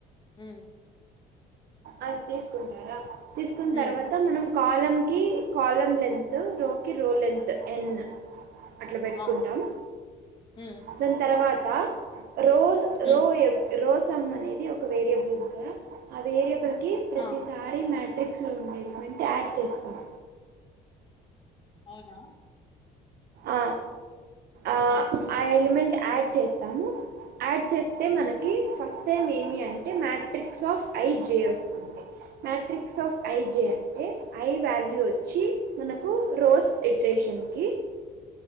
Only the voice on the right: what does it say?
అది తీసుకుంటారా తీసుకున్న
తర్వాత మనం కాలం కి కాలం లెంత్ రో కి రో లెంత్ ఎన్ అట్లా పెట్టుకుంటాం
దాని తర్వాత రో రో
రోసం అనేది ఒక వేరియబుల్ ఉంది కదా ఆ వేరియబుల్ కి ప్రతిసారి
రీ మ్యాట్రిక్స్లో ఉండే ఎలి వెంట్ యాడ్ చేస్తాం
ఆ ఆ
ఆ ఎలిమెంట్ యాడ్ చేస్తాము యాడ్ చేస్తే మనకి
ఫస్ట్ టైమ్ ఏమి అంటే మ్యాట్రిక్స్ ఆఫ్ ఐ జే వస్తుంది మ్యాట్రిక్స్ ఆఫ్ ఐ జే అంటే ఐ వాల్యూ వచ్చి మనకు రోస్ లిట్రేషన్కి